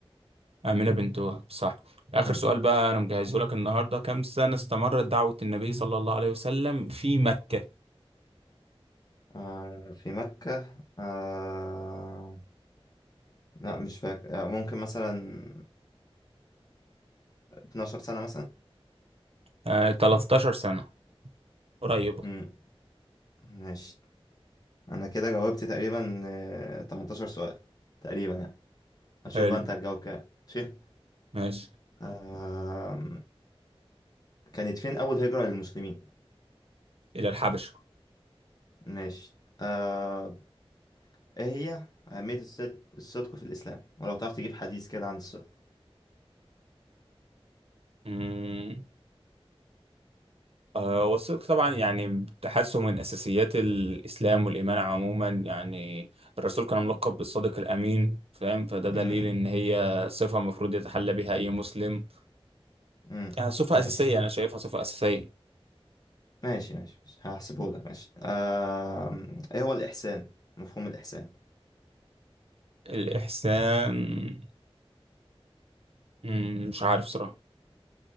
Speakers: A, on the right; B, on the left.
A: آمنة بنت وهب صح آخر
B: مم.
A: سؤال بقى أنا مجهزه لك النهاردة كم سنة استمرت دعوة النبي صلى الله عليه وسلم في مكة؟
B: آه، في مكة آه، لا مش فاكر آه، ممكن مثلا 12 سنة مثلا
A: آه 13 سنة قريبة
B: امم ماشي انا كده جاوبت تقريبا آه، 18 سؤال تقريبا يعني هشوف
A: حلو
B: بقى انت هتجاوب كام ماشي
A: ماشي
B: آم، كانت فين اول هجرة للمسلمين
A: إلى الحبشة
B: ماشي آه، ايه هي اهمية الصدق الصدق في الاسلام ولو تعرف تجيب حديث كده عن الصدق
A: مم. آه والصدق طبعا يعني تحسه من أساسيات الإسلام والإيمان عموما يعني الرسول كان ملقب بالصادق الأمين فاهم فده دليل
B: م- م-
A: إن هي صفة المفروض يتحلى بها أي مسلم
B: م.
A: آه صفة
B: ماشي
A: أساسية أنا شايفها صفة أساسية
B: ماشي ماشي ماشي هحسبه لك ماشي آم، ايه هو الاحسان مفهوم الاحسان
A: الإحسان مم، مش عارف صراحة